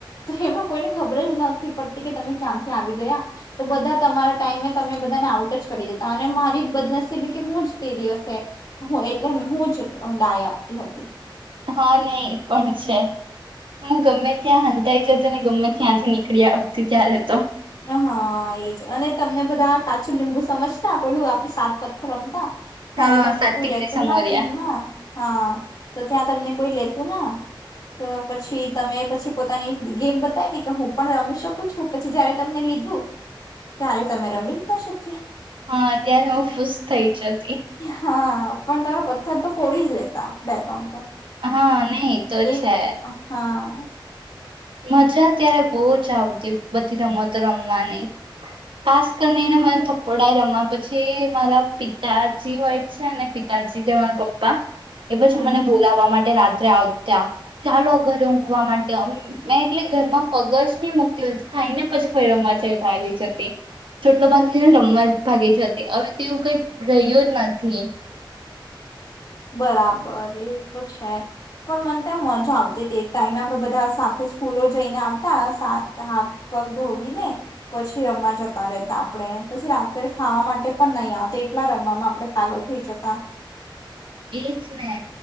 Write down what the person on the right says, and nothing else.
હા નહ પણ છે હું ગમે ત્યાં હતાઈ જ હતો ને ગમે ત્યાંથી નીકળીથી ત્યારે હતો
હા
સાત્વિકડી
સમોરિયા
હા અત્યારે હું ખુશ થઈ જતી
હા નહી તો
છે
મજા ત્યારે બહુ જ આવતી બધી રમતો રમવાની ખાસ કરીનેને મને થપડા રમ્યા પછી મારા પિતાજી હોય છે ને પિતાજી માર પપ્પા એ પછી
મને બોલાવવા માટે રાત્રે આવ ત્યા ચાલો ઘરે ઊંઘવા માટેમ મેં એટલે ઘરમાં પગસ મુકતી હોય ખાઈ ને પછી ફ રમવાચ થલી જતી ચોટલો બાંધીને રમવા જ ભાગી જતી હવે તેવું કઈ રહ્યું જ નથી
એજ ને